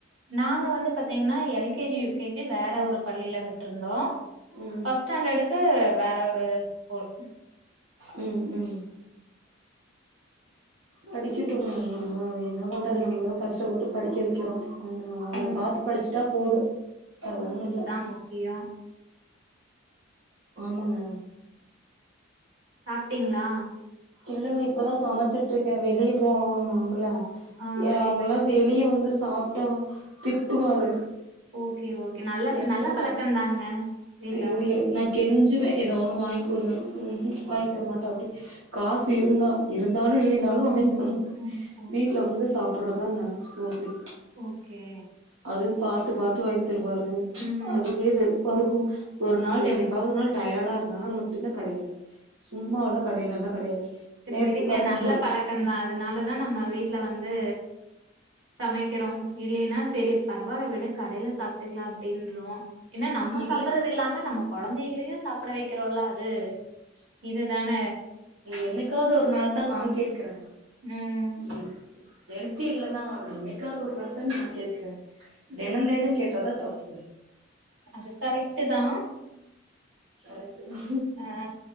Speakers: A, on the right; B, on the right.
A: நாங்க வந்து பாத்தீங்ன்னா L K G U K G வேற ஒரு பள்ளில விட்ருந்தோ பஸ்
B: ம்
A: பஸ்ட் ஸ்டாண்டடுக்கு வேற ஒரு ஸ்கூல்
B: ம் ம் படிக்கிட் <unintelligible> என்னா பண்றது நம்மளும் கஷ்டப்பட்டு படிக்க வெக்கிறோம் அவங்க அவங்க
A: ம்
B: பாத்து படிச்சுட்டா போது வேற ஒன்னு இல்ல
A: முக்கியோம்
B: ஆமாங்க
A: சாப்ட்டீங்ளா
B: இல்லங்க இப்பதா சமைச்சிட்ருக்க வெளிய போனோநாமல
A: ஆ
B: எ
A: வெளியே
B: அவங்கல்லா
A: போயிட்டு
B: வெளிய வந்து சாப்ட்டா திட்டுவாரு
A: ஓகே ஓகே நல்ல
B: என்ன
A: நல்ல பழக்கம்தாங்க
B: சாப்
A: வீட்ல
B: ஐயோ
A: வந்து
B: எனநா கெஞ்சுவேன் ஏதோன்னு வாங்கி் குடுங்கனு ம் ம் வாங்கி தரமாட்டாப்டி காசு இருந்தா இருந்தாலு இல்லினாலு வாங்கி தரமா
A: ம் ஓகே
B: வீட்ல வந்து சாப்படுறதா நெனைச்சுக்குவாப்டி
A: ஓகே
B: அது பாத்து பாத்து வாங்கி தருவார் ரு
A: ம்
B: அதுவே வெறுப்பா இருக்கு ஒரு நாள் என்னைக்காவது ஒரு நாள் டயர்டா இருந்தா மட்டுதா கடைல சும்மால்லா கடைல லா கெடையாது
A: செரி
B: நேத்து
A: விடுங்க
B: பாருங்க
A: நல்ல
B: முரு
A: பழக்கந்தா அதனாலதா நம்ம வீட்ல வந்து சமைக்கிறோ இல்லின்னா சேரி பரவால விடு கடைல சாப்ட்டுக்கலா அப்டின்ருவோ ஏன்னா நம்ம
B: இல்ல
A: சாப்பறதில்லாம நமக் கொழந்தைகளையு சாப்ட வைக்கிறோல அது இதுதான
B: என்னைக்காது ஒரு நாள் தா நா கேக்கற
A: ம்.
B: என் ஹெல்தில்லதா என்னைக்காது ஒரு நாள் தா நா கேக்கற தென தென கேட்டாதா தப்பு
A: அது கரெக்ட்டு தா
B: கரெக்ட்டு தா
A: ஆ